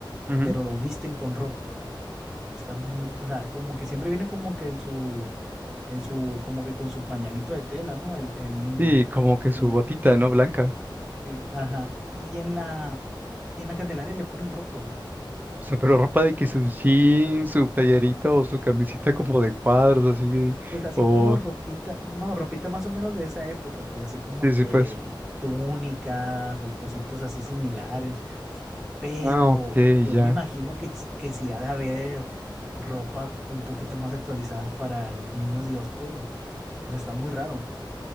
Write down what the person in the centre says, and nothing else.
pero lo visten con ropa. Está muy, o sea, como que siempre viene como que en su, en su, como que con su pañalito de tela, ¿no? El, el niño.
Y,
<laughs>
sí, ajá, y en la, y en la Candelaria le ponen ropa, güey.
Pues así
como ropita, no, ropita más o menos de esa época, pues así como
que
túnicas o cositas así similares, pero
yo
me imagino que, ch- que sí ha de haber ropa un poquito más actualizada para el niño Dios, pero, o sea, está muy raro,